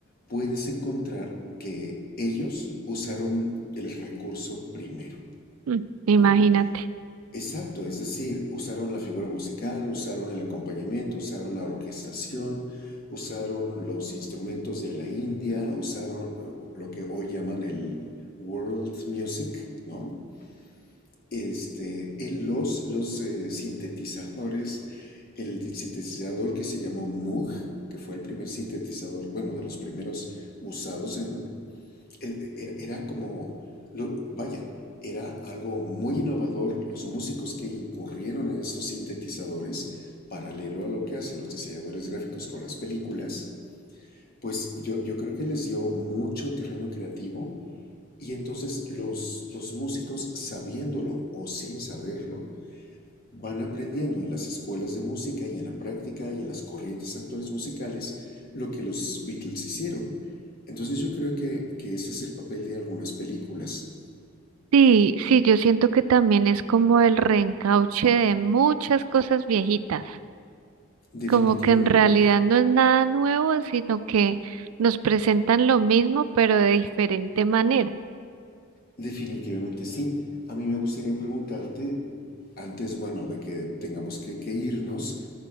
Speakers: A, on the left; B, on the right.
A: puedes encontrar que ellos usaron el recurso primero,
B: Mm, imagínate.
A: ¿no? Exacto, es decir, usaron la figura musical, usaron el acompañamiento, usaron la orquestación, usaron los instrumentos de la India, usaron eh, lo que hoy llaman el world music, ¿no? Este, en los, los eh, sintetizadores, el di- sintetizador que se llamó Moog, que fue el primer sintetizador, bueno, de los primeros usados en, eh, era, era como, lo- vaya, era algo muy innovador los músicos que incurrieron en estos sintetizadores, paralelo a lo que hacen los diseñadores gráficos con las películas, pues yo, yo creo que les dio mucho terreno creativo y entonces los, los músicos, sabiéndolo o sin saberlo, Van aprendiendo en las escuelas de música y en la práctica y en las corrientes actuales musicales lo que los Beatles hicieron. Entonces yo creo que, que ese es el papel de algunas películas.
B: Sí, sí, yo siento que también es como el reencauche de muchas cosas viejitas,
A: Definitiva-
B: como que en realidad no es nada nuevo, sino que nos presentan lo mismo, pero de diferente manera.
A: definitivamente sí. A mí me gustaría preguntarte, antes, bueno, de que tengamos que, que irnos,